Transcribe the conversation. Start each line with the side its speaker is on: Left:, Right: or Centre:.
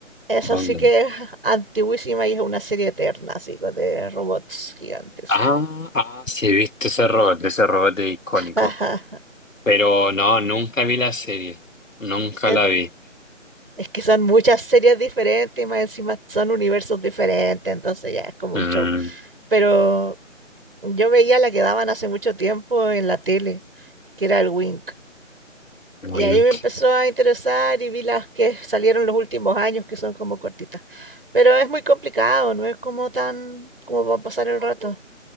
Right: Esa
Left: Gundam.
Right: sí que es antiguísima y es una serie eterna, así, co- de robots gigantes.
Left: Ah, ah, sí, he visto ese robot, ese robot es icónico.
Right: <laughs>
Left: Pero no, nunca vi la serie. Nunca
Right: En-
Left: la vi.
Right: Es que son muchas series diferentes y más encima son universos diferentes, entonces ya es como
Left: Mm,
Right: un show. Pero yo veía la que daban hace mucho tiempo en la tele, que era el Wink.
Left: Wink.
Right: Y ahí me empezó a interesar y vi las que salieron los últimos años, que son como cortitas. Pero es muy complicado, no es como tan como para pasar el rato.